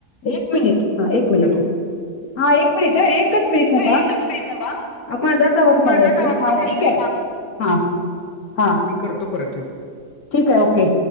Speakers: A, on the left (about 60°); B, on the left (about 85°).
A: एक मिनिट हा एक मिनिट.
B: हॅलो
A: हा एक मिनिट आहे एक एकच मिनिट हांबा
B: एकच मिनिट थांबा
A: माझाच आवाज
B: माझाच
A: मला येतोय
B: आवाज
A: हां
B: मला येतोय
A: ठीक आहे हां. हा.
B: हा मी करतो परत ठेव.
A: ठीके, ओके.